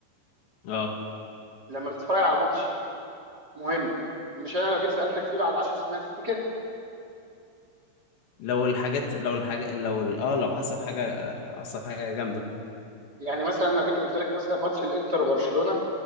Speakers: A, on the left; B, on the right.
A: اه
B: لما بتتفرج على ماتش مهم مش انا لو جيت سالتك فيه بعد 10 سنين هتفتكر
A: لو الحاجات لو الحاجه لو ال- اه لو حصل حاجه حصل حاجه جامده
B: يعني مثلا لو جيت قلت لك مثلا ماتش الانتر وبرشلونه